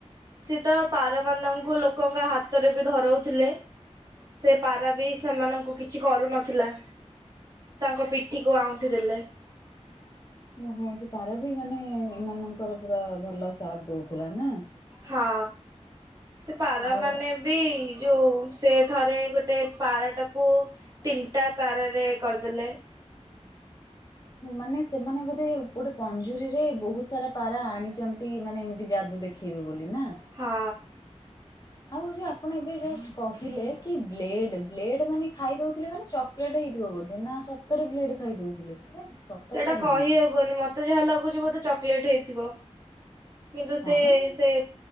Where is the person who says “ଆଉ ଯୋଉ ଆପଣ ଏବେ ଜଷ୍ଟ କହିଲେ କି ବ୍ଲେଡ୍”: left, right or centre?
Left